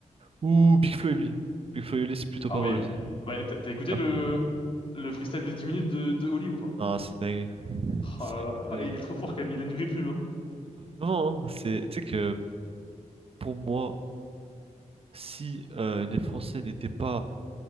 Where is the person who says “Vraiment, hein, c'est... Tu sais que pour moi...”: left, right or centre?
Right